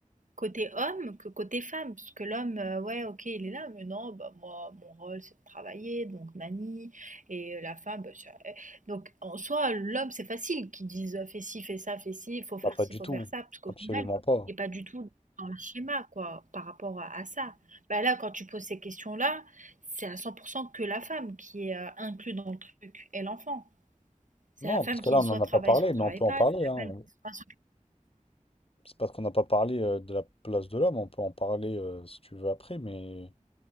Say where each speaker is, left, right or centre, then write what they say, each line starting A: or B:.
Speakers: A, on the right (about 75°); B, on the left (about 45°).
A: Côté homme que côté femme, parce que l'homme, heu, ouais, OK, il est là, mais non, bah, moi, mon rôle, c'est de travailler, donc nani et euh, la femme, bah, c'est elle donc en soi, l'homme, c'est facile qu'ils disent, heu: «Fais ci, fais ça, fais ci, faut faire
B: Bah, pas
A: ci,
B: du
A: faut
B: tout.
A: faire ça», parce qu'au
B: Absolument
A: final,
B: pas.
A: il es pas du tout dans le schéma, quoi, par rapport à à ça. Bah, là, quand tu poses ces questions-là, c'est à cent pour 100 que la femme qui est, heu, inclus dans le truc et l'enfant. C'est
B: Non,
A: la femme
B: parce que
A: qui
B: là, on
A: soit
B: n'en a
A: travaille,
B: pas parlé,
A: soit travaille
B: mais on peut
A: pas,
B: en parler,
A: c'est
B: hein.
A: la femme qui soit
B: C'est parce qu'on n'a pas parlé euh, de la place de l'homme, on peut en parler euh, si tu veux après, mais,